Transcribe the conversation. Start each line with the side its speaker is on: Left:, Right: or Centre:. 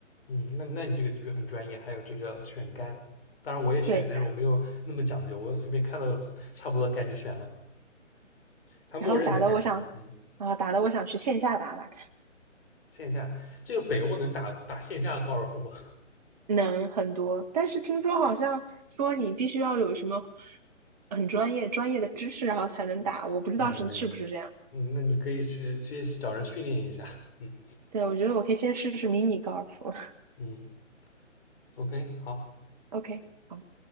Left: 嗯，那那你这个的确很专业，还有这个选杆，当然我也选，
Right: 对，
Left: 但是我没有那么讲究，我随便看到差不多的杆就选了，它默认的杆。
Right: 然后打的我想，
Left: 嗯，
Right: 啊、打的我想去线下打打
Left: 线下这个北欧能打打线下高尔夫吗？
Right: 能很多，但是听说好像说你必须要有什么很专业专业的知识，然后才能打，
Left: <laughs>
Right: 我不知道是是不是这样。
Left: 那没有，嗯，那你可以去去找人训练一下。嗯
Right: 对，我觉得我可以先试试迷你高尔夫。
Left: 嗯，OK，好。
Right: <laughs> OK，好。